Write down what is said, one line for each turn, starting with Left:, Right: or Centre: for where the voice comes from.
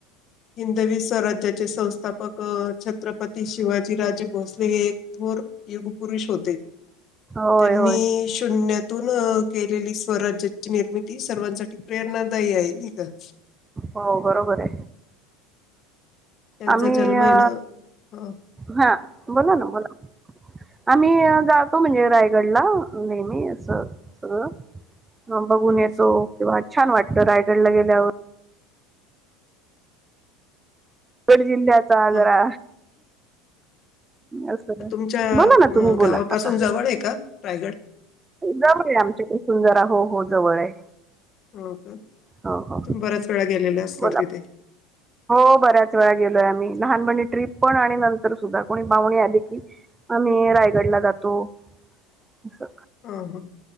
Left: हिंदवी स्वराज्याचे संस्थापक छत्रपती शिवाजीराजे भोसले हे थोर युगपुुरुष होते.
Right: होय
Left: त्यांनी
Right: होय
Left: शून्यात तून केलेली स्वराज्याची निर्मिती सर्वांसाठी प्रेरणादायी आहे नै का?
Right: हो बरोबरे.
Left: त्यांचा
Right: आमी
Left: जन्म आहे
Right: अ
Left: ना, अ,
Right: हा बोला ना बोला. आम्ही जातो म्हणजे रायगडला नेहमी असं सगळं मग बघून
Left: हं,
Right: येतो तेव्हा छान वाटतं रायगडला गेल्यावर. रगड जिल्ह्याचा आजरा
Left: हां.
Right: असं ना
Left: तुमच्या
Right: बोला
Left: अ,
Right: ना तुम्ही बोला
Left: गावापासून
Right: आता.
Left: जवळ आहे का रायगड?
Right: जवळे आमच्याकडे सुंदरा हो हो जवळ आहे.
Left: हो का.
Right: हो हो
Left: तुम्ही बऱ्याच वेळा गेलेल्या असताल
Right: बोला
Left: तिथे.
Right: हो बऱ्याच वेळा गेलोय आम्ही. लहानपणी ट्रीप पण आणि नंतर सुद्धा कोणी पाहुणी आली की आम्ही रायगडला जातो असं
Left: ह ह